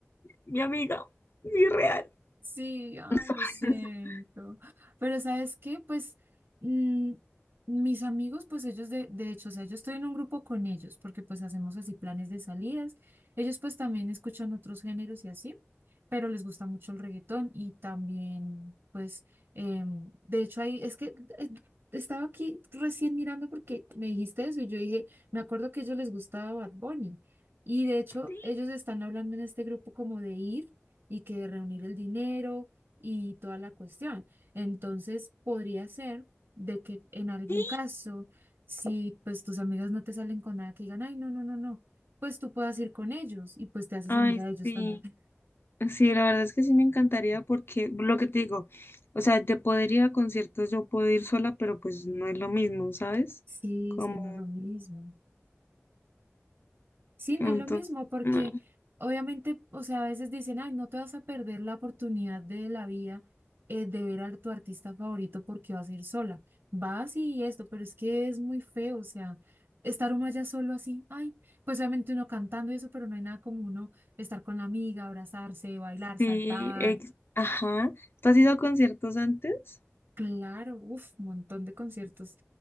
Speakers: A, on the left; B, on the right.
A: mi amiga, mi real.
B: Sí, ay, lo
A: <laughs>
B: siento. Pero ¿sabes qué? Pues mm, mis amigos, pues ellos de, de hecho, o sea, yo estoy en un grupo con ellos porque pues hacemos así planes de salidas. Ellos pues también escuchan otros géneros y así, pero les gusta mucho el reggaetón y también pues, em, de hecho ahí, es que eh, estaba aquí recién mirando porque me dijiste eso y yo dije, me acuerdo que a ellos les gustaba Bad Bunny. Y de hecho,
A: Sí,
B: ellos están hablando en este grupo como de ir y que reunir el dinero y toda la cuestión. Entonces, podría ser de que en algún
A: sí.
B: caso, si pues tus amigas no te salen con nada que digan, ay, no, no, no, no, pues tú puedas ir con ellos y pues te haces
A: Ay,
B: amiga de ellos
A: sí,
B: también. <laughs>
A: sí, la verdad es que sí me encantaría porque lo que te digo, o sea, de poder ir a conciertos yo puedo ir sola, pero pues no es lo mismo, ¿sabes?
B: Sí,
A: Como,
B: es que no es lo mismo. Sí, no
A: entonces,
B: es lo mismo, porque
A: no,
B: obviamente, o sea, a veces dicen, ay, no te vas a perder la oportunidad de la vida eh, de ver a tu artista favorito porque vas a ir sola. Vas y esto, pero es que es muy feo, o sea, estar uno allá solo así, ay, pues obviamente uno cantando y eso, pero no hay nada como uno estar con la amiga, abrazarse, bailar,
A: sí,
B: saltar,
A: ex- ajá. ¿Tú has ido a conciertos antes?
B: Claro, uf, un montón de conciertos.